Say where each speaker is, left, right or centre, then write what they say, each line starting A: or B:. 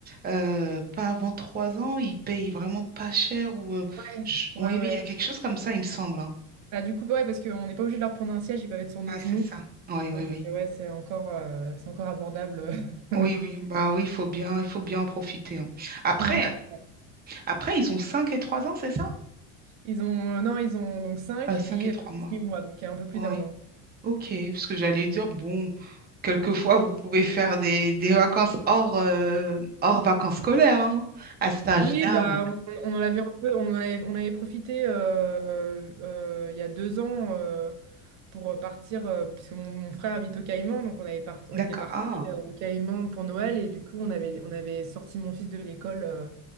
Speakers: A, on the right; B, on the right.
A: euh, pas avant trois ans, ils payent vraiment pas cher ou. euh,
B: Ouais,
A: je-
B: ouais,
A: Oui,
B: ouais.
A: oui, il y a quelque chose comme ça, il me semble. hein.
B: Bah, du coup, ouais, parce qu'on n'est pas obligé de leur prendre un siège, ils peuvent être sur nos
A: Ah,
B: genoux.
A: c'est ça. Oui,
B: Donc,
A: oui, oui.
B: euh, ouais, c'est encore, euh, c'est encore abordable.
A: Oui,
B: <laughs>
A: oui. Bah oui, il faut bien, il faut bien en profiter. hein. Après,
B: Ouais, c'est ça.
A: après, ils ont 5 et 3 ans, c'est ça?
B: Ils ont, non, ils ont donc 5
A: Euh, 5
B: et
A: et 3
B: euh,
A: mois.
B: 18 mois, donc il y a un peu plus
A: Oui.
B: d'un an.
A: Ok. Parce que j'allais dire, bon. Quelquefois, vous pouvez faire des, des vacances hors, euh, hors vacances scolaires, hein, à cet âge-là.
B: Oui, bah,
A: bon.
B: on, on en avait un peu, on en avait, on avait profité euh, euh, il y a deux ans euh, pour partir, euh, parce que mon, mon frère habite au Caïman, donc on, avait par- on
A: D'accord.
B: était parti euh, au Caïman pour Noël, et du coup, on avait, on avait sorti mon fils de l'école euh,